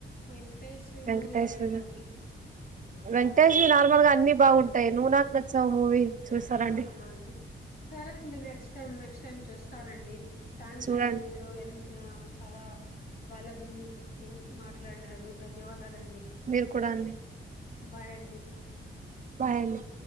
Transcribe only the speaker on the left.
వెంకటేష్
మూవీస్ ఏవేవండి
అవునా అండి సరే అండి నెక్స్ట్ టైం నెక్స్ట్ టైమ్ చూస్తానండి. థ్యాంక్స్
అండి మీరు ఎంత ఆ చాలా వాల్యబుల్ థింగ్ మాట్లాడినారు ధన్యవాద వాదాలు అండి.
బై అండి.